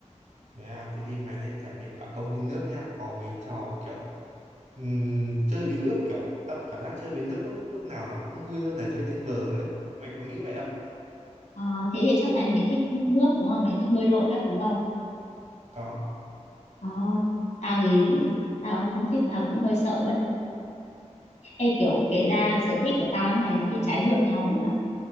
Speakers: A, on the right; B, on the left.
A: thế à thế thì mày nên trải nghiệm cả công viên nước nha có mấy trò kiểu ừm, chơi với nước kiểu tao cảm giác chơi với nước lúc, lúc nào nó cũng vui hơn là chơi trên bờ ấy mày có nghĩ vậy không
B: Ờ, thế thì chắc tại mày thích nước đúng không mày thích bơi lội các thứ không
A: có
B: Ờ, tao thì tao không thích tao cũng hơi sợ ấy Ê kiểu kể ra sở thích của tao với mày nó bị trái ngược nhau ấy nhở